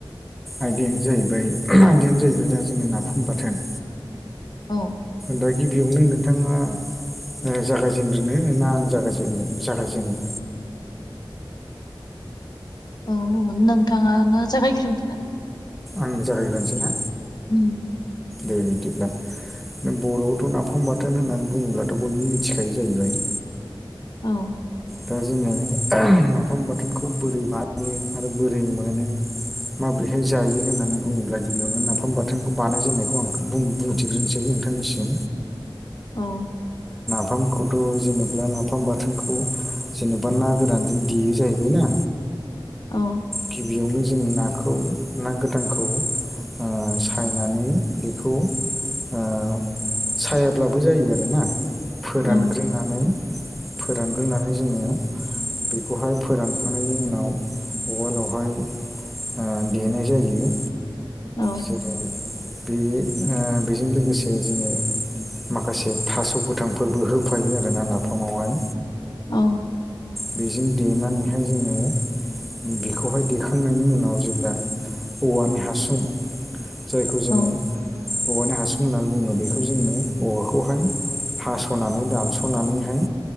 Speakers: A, in the centre; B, on the left.
A: आयदायानो जाहैबाय आयदायानो जाहैबाय दा जोङो नाफाम बाथोन
B: औ।
A: दा गिबियावनो नोंथाङा ओ जागायजेनग्रोनो ना आं जागायजेननो जागायजेननो?
B: औ नोंथाङानो जागायग्रोदो।
A: आंनो जागायग्रोनोसै ना,
B: उम
A: दे बिदिब्ला नों बर'आवथ' नाफाम बाथोन होननानै बुङोब्लाथ' बयबो मिथिखायो जाहैबाय।
B: औ।
A: दा जोङो नाफाम बाथोनखौ बोरै बानायो आरो बोरै मोनो माबोरैहाय जायो होननानै बुङोब्ला गिबियावनो नाफाम बाथोनखौ बानायजेननायखौ आं बुं-बुंथिग्रोनिसै। नोंथांनिसिम
B: औ।
A: नाफामखौथ' जेनेबा नाफाम बाथोनखौ जेनेबा ना गोरानजों देयो जाहैबाय ना?
B: औ।
A: गिबियावनो जोङो नाखौ ना गोथांखौ ओ सायनानै बेखौ ओ सायाब्लाबो जायो आरोना, फोरानग्रोनानै
B: औ
A: फोरानग्रोनानै जोङो बेखौहाय फोरानखांनायनि उनाव उवालावहाय ओ देनाय जायो।
B: औ
A: जेरै बे ओ बेजों लोगोसे जोङो माखासे थास' गोथांफोरबो होफायो आरोना नाफामावहाय
B: औ।
A: बेजों देनानैहाय जोङो बेखौहाय देखांनायनि उनाव जेब्ला औवानि हासुं जायखौ जोङो
B: औ
A: औवानि हासुं होननानै बुङो बेखौ जोंनो औवाखौहाय हास'नानै दानस'नानैहाय